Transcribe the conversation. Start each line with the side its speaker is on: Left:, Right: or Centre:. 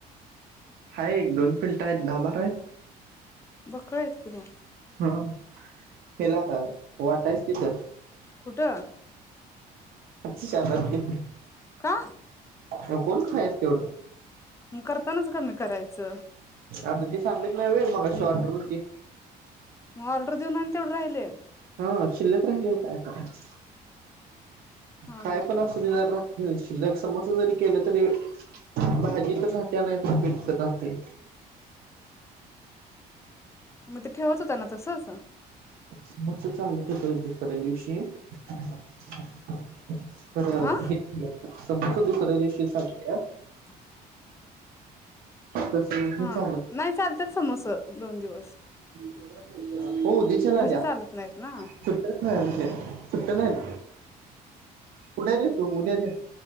Right: हाय एक दोन पिल्ट आहेत दहा बारा आहेत.
Left: बकळ आहेत कि मन.
Right: हम त्याला वाटायच तिथं
Left: कुठं?
Right: छानर दे.
Left: का?
Right: मग कोण खायचं तेवढं.
Left: म करतानाच कमी करायचं.
Right: आता ते सांगत नाही मग शॉर्टर होती.
Left: मग ऑर्डर देऊन आणि तेवढं राहिले.
Right: हा शिल्लक राहिलेल काय करायच?
Left: हा
Right: काय
Left: हा
Right: पण अस जरा शिल्लक समोसा जरी केले तरी भाजी तर राहते, नाही तर पटत राहते.
Left: मग ते ठेवत होता ना तसचं.
Right: समोरच चालू दुसऱ्या दिवशी <inaudible> खरं
Left: आ
Right: हे समज दुसऱ्या दिवशी चागत्यात.
Left: <inaudible>
Right: तसे हे
Left: हा
Right: चालत
Left: नाही चालतात समोस. दोन दिवस.
Right: <unintelligible> हो देशाला
Left: भजी
Right: द्या
Left: चालत नाहीत ना
Right: सुट्ट नाही श सुट्ट नाहीत. पुढे देेतू उद्या दे